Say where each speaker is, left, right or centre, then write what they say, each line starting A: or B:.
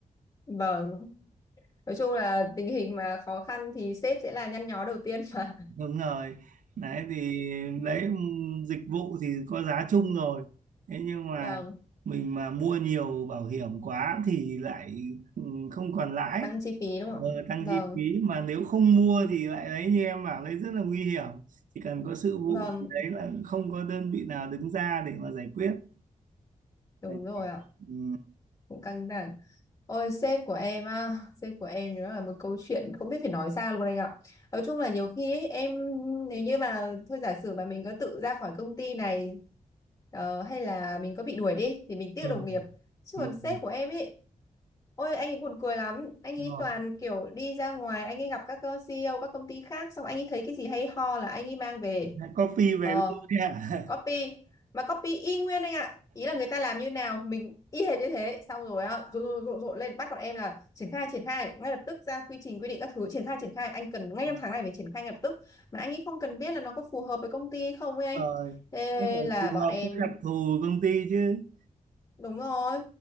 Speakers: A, on the left (about 30°); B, on the right (about 75°).
A: vâng Nói chung là tình hình mà khó khăn thì sếp sẽ là nhăn nhó đầu tiên mà.
B: đúng rồi đấy thì đấy dịch vụ thì có giá chung rồi thế nhưng mà
A: <laughs> Vâng,
B: mình mà mua nhiều bảo hiểm quá thì lại không còn lãi
A: tăng chi phí đúng
B: ờ,
A: không ạ?
B: tăng
A: Vâng,
B: chi phí mà nếu không mua thì lại đấy như em bảo đấy rất là nguy hiểm chỉ cần có sự vụ
A: vâng,
B: thì đấy là không có đơn vị nào đứng ra để mà giải quyết
A: đúng
B: Mệt
A: rồi
B: mỏi.
A: ạ.
B: Ừm,
A: Cũng căng thẳng. Ôi sếp của em á, sếp của em nữa là một câu chuyện không biết phải nói ra luôn anh ạ. Nói chung là nhiều khi ấy, em nếu như mà thôi giả sử mà mình có tự ra khỏi công ty này ờ, hay là mình có bị đuổi đi thì mình tiếc
B: ừm,
A: đồng nghiệp. Chứ
B: ừm.
A: còn sếp của em ấy Ôi anh ấy buồn cười lắm Anh ấy
B: Ờ,
A: toàn kiểu đi ra ngoài Anh ấy gặp các ờ, CEO các công ty khác Xong anh ấy thấy cái gì hay ho là anh ấy mang về
B: à coffee về
A: Ờ
B: luôn đấy ạ
A: copy Mà copy y nguyên anh ạ Ý là người ta làm như nào mình y hệt như thế Xong rồi á rộn rộn rộn rộn lên bắt bọn em là Triển khai triển khai ngay lập tức ra quy trình quy định các thứ Triển khai triển khai anh cần ngay
B: <laughs>
A: trong tháng này phải triển khai ngay lập tức Mà anh ấy không cần biết là nó có phù hợp với công ty không ấy anh
B: rồi
A: Thế
B: đúng rồi
A: là
B: phù
A: bọn
B: hợp
A: em
B: với đặc thù công ty chứ
A: Đúng rồi.